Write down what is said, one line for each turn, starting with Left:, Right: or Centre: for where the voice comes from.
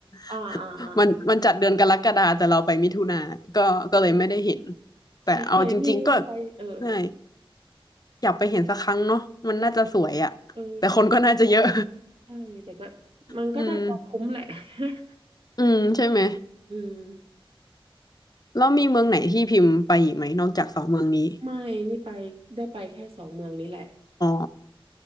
Right: อ่าอ่าอ่าอ่า
Left: <laughs> มันมันจัดเดือนกรกฎาแต่เราไปมิถุนาก็ก็เลยไม่ได้เห็น
Right: เออ
Left: แต่เอาจริงๆก็
Right: ใช่ใช่นี่นี่ก็ไปเออ
Left: เน่อยากไปเห็นสักครั้งเนาะมันน่าจะสวยอ่ะแต่คนก็น่าจะเยอะ
Right: เออเออใช่ใช่แต่ก็
Left: <laughs>
Right: มันก็น่าจะคุ้มแหละ
Left: อืม
Right: <laughs>
Left: อืมใช่ไหม
Right: อืม
Left: แล้วมีเมืองไหนที่พิมพ์ไปอีกไหมนอกจากสองเมืองนี้
Right: ไม่นี่ไปได้ไปแค่สองเมืองนี้แหละ
Left: อ๋อ